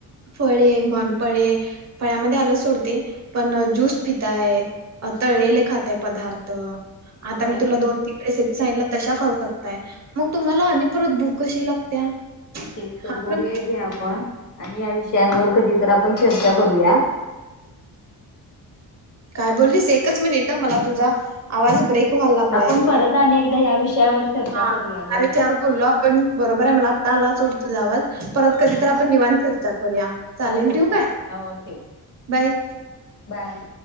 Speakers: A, on the right; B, on the left.
A: फळे म्हण फळे फळ्यामध्ये आलंच सोड ते पण ज्यूस पिताय तळलेले खाताय पदार्थ आता
B: होय
A: मी
B: अगं
A: तुला दोन तीन रेसिपी सांगितलं तशा खाऊ शकताय मग तुम्हाला आणि परत भूक कशी लागत्या
B: तेच तर
A: हा
B: बघूया
A: पण
B: घ्या आपण आणि या विषयांवर कधीतर आपण चर्चा करूया
A: काय बोललीस एकच मिनट हा मला तुझा आवाज ब्रेक क व्हायला लागलाय
B: आपण परत आणि एकदा या विषयावर चर्चा
A: हा
B: करूया ग
A: हा विचार बोललो आपण बरोबर आहे मला आता आला सोड तूझा आवाज परत
B: हा
A: कधीतर आपण निवात चर्चा करूया चालेल
B: हो हो
A: ठेवू
B: चालेल
A: काय
B: हो ठेव
A: बाय
B: बाय